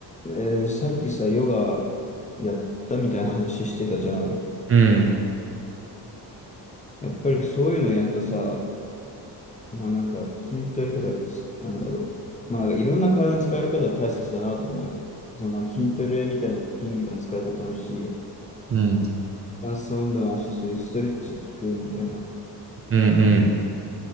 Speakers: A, on the left; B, on the right.
A: えーさっきさ、ヨガやったみたいな話してたじゃん。
B: うん、
A: やっぱりそういうのやるとさ、まあなんか筋トレとかつ、なんだろう。まあいろんな体の使い方大切だなって思うよね。その筋トレみたいな筋肉の使い方もあるし、
B: うん、
A: ダンス運動もあるし、そういうストレッチ効くみたいな。
B: うん、